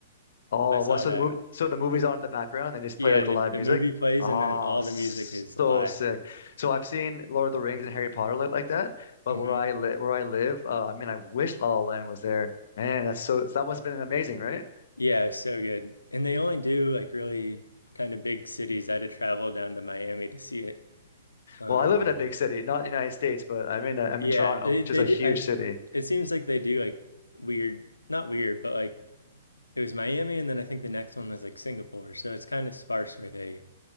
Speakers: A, on the left (about 55°); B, on the left (about 75°).
A: Oh,
B: I saw
A: well, so
B: that.
A: the movie, so the movie's on in the background and they just
B: Yeah,
A: play like
B: the,
A: the live
B: the
A: music.
B: movie plays
A: Oh,
B: and then all the
A: so
B: music is live.
A: sick. So I've seen Lord of the Rings and Harry Potter like, like that, but
B: hmm
A: where I live, where I live, uh, I mean, I wish La La Land was there. Man, that's so that must have been amazing, right?
B: Yeah, it was so good. And they only do like really kind of big cities. I had to travel down to Miami to see it. Um,
A: Well, I live in a big city, not in the United States, but I'm in a, I'm
B: Yeah,
A: in Toronto,
B: they
A: which
B: they
A: is a
B: do.
A: huge
B: I,
A: city.
B: it seems like they do like weird, not weird, but like it was Miami, and then I think the next one was like Singapore. So it's kind of sparse where they